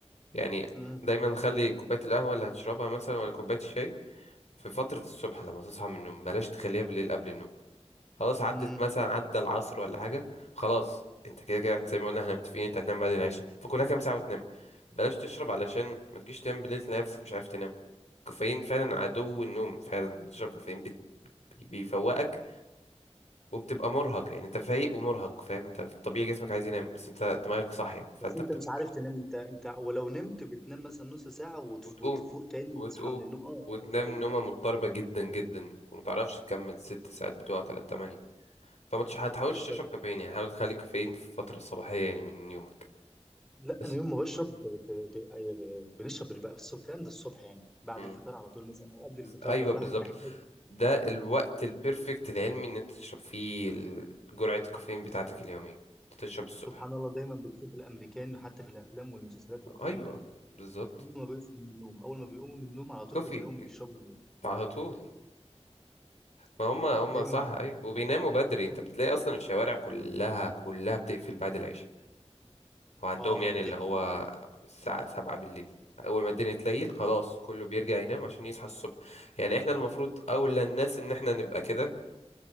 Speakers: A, on the left; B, in the centre.
A: يعني
B: مم.
A: دايما خلي كوباية القهوة اللي هتشربها مثلا ولا كوباية الشاي في فترة الصبح لما تصحى من النوم بلاش تخليها بالليل قبل النوم خلاص عدت
B: مم.
A: مثلا عدى العصر ولا حاجة خلاص انت كده كده احنا زي ما قلنا احنا متفقين انت هتنام بعد العشاء فكلها كام ساعة وتنام بلاش تشرب علشان ما تجيش تنام بالليل تلاقي نفسك مش عارف تنام الكافيين فعلا عدو النوم فعلا لما تشرب كافيين بت- بيفوقك وبتبقى مرهق يعني انت فايق ومرهق فاهم انت في الطبيعي جسمك عايز ينام بس انت دماغك صاحية فانت
B: بس انت
A: بتبقى
B: مش عارف تنام انت انت ولو نمت بتنام مثلا نص ساعة وتف-
A: وتقوم
B: وتفوق تاني
A: وتقوم
B: وتصحى من النوم اه
A: وتنام
B: ايوه ايوه,
A: نومة
B: أيوة.
A: مضطربة جدا جدا ومتعرفش تكمل ست ساعات بتوعك ولا التمانية فما تش- هتحاولش
B: بالظبط
A: تشرب كافيين يعني حاول تخلي الكافيين في الفترة الصباحية يعني من يومك
B: لا
A: بس
B: انا يوم ما بشرب ب... ب... ب... أيوة، ب... بنشرب بقى بس الكلام ده الصبح يعني بعد
A: مم.
B: الفطار على طول مثلا او قبل
A: بز-
B: الفطار
A: أيوة
B: لو الواحد
A: بالظبط
B: محتاج
A: ده الوقت البيرفكت العلمي إن أنت تشرب فيه ال- جرعة الكافيين بتاعتك اليومية أنت تشرب الصبح
B: سبحان الله دايما بتشوف الامريكان حتى في الافلام والمسلسلات والكلام
A: أيوة
B: ده
A: بالظبط
B: اول ما بيصحوا من النوم اول ما بيقوموا من النوم على طول
A: كوفي
B: بتلاقيهم بيشربوا ال-
A: على
B: اه
A: طول ما هم هم
B: دايما
A: صح أيوة وبيناموا بدري أنت
B: هم
A: بتلاقي أصلا الشوارع كلها كلها بتقفل بعد العشاء وعندهم
B: اه
A: يعني اللي
B: دي حقيقة
A: هو الساعة سبعة بالليل أول ما الدنيا تليل خلاص كله بيرجع ينام عشان يصحى الصبح يعني احنا المفروض أولى الناس إن احنا نبقى كده